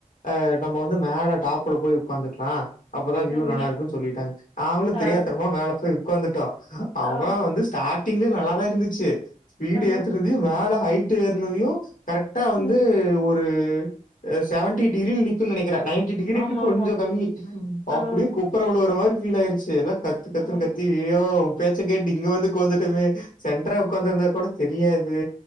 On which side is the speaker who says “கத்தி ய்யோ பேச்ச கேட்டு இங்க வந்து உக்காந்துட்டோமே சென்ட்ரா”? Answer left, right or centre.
Left